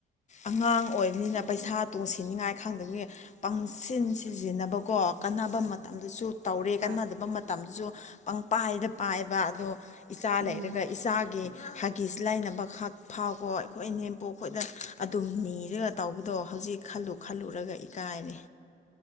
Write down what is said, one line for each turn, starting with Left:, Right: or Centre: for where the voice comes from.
Left: ꯑꯉꯥꯡ ꯑꯣꯏꯕꯅꯤꯅ
Right: ꯎꯝ ꯎꯝ
Left: ꯄꯩꯁꯥ ꯇꯨꯡꯁꯤꯟꯅꯤꯉꯥꯏ ꯈꯪꯗꯕꯒꯤ ꯄꯪꯁꯤꯟ ꯁꯤꯖꯤꯟꯅꯕꯀꯣ ꯀꯥꯟꯅꯕ ꯃꯇꯝꯗꯁꯨ ꯇꯧꯔꯦ
Right: ꯍꯣꯏ
Left: ꯀꯥꯟꯅꯗꯕ
Right: ꯍꯣꯏ
Left: ꯃ ꯃꯇꯝꯗꯨꯁꯨ ꯄꯪ ꯄꯥꯏꯗ ꯄꯥꯏꯕ ꯑꯗꯣ ꯏꯆꯥ
Right: ꯎꯝ
Left: ꯂꯩꯔꯒ ꯏꯆꯥꯒꯤ ꯍꯥꯒꯤꯁ ꯂꯥꯏꯅꯕ ꯈꯛ ꯐꯥꯎꯕ ꯑꯩꯈꯣꯏ ꯏꯅꯦꯝꯄꯣꯛ ꯈꯣꯏꯗ ꯑꯗꯨꯝ ꯅꯤꯔꯒ ꯇꯧꯕꯗꯣ ꯍꯧꯖꯤꯛ ꯈꯜꯂꯨ ꯈꯜꯂꯨꯔꯒ ꯏꯀꯥꯏꯔꯦ